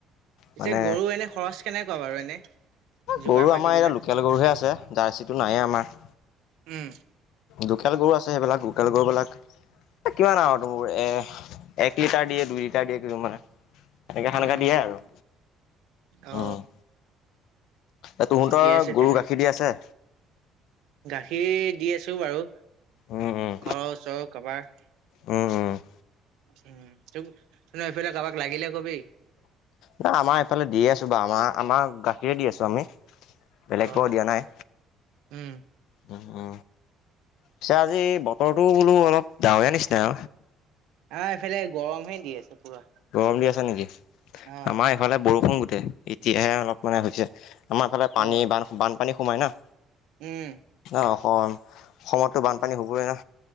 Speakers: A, on the right; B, on the left.
A: পিছে
B: মানে
A: গৰু এনে খৰচ কেনেকুৱা বাৰু এনে যোগাৰ
B: গৰু
A: পাতিবিলাক
B: আমাৰ এতিয়া লোকেল গৰুহে আছে জাৰ্চিটো নাইয়ে আমাৰ
A: উম
B: লোকেল গৰু আছে সেইবিলাক লোকেল গৰুবিলাক কিমান আও তোৰ এ এক লিটাৰ দিয়ে দুই লিটাৰ দিয়ে কিছুমানে এনেকে সেনেকে
A: উম
B: দিয়ে আৰু
A: অ
B: উম এ তহঁতৰ
A: ঠিকেই আছে তেনে
B: গৰু গাখীৰ দি আছে
A: গাখীৰ দি আছো বাৰু
B: উম উম
A: ঘৰৰ ওচৰৰ কাবাৰ
B: উম উম
A: উম টোক তহত সেইফালে কাবাক লাগিলে কবি
B: নাই আমাৰ এইফালে দিয়ে আছো বা আমাৰ আমাৰ গাখীৰে দি আছো আমি বেলেগ
A: অ
B: বাও দিয়া নাই
A: উম
B: উ উ পিছে আজি বতৰটো বোলো অলপ ডাৱৰীয়া নিচিনা।
A: আ এইফালে গৰম হে দি আছে পুৰা
B: গৰম দি আছে নেকি
A: অ
B: আমাৰ এইফালে বৰষুণ গোটেই এতিয়াহে অলপ মানে হৈছে আমাৰ ফালে পানী
A: অ
B: বান বানপানী সোমাই না
A: উম
B: ন অসম অসমতো বানপানী হবই আ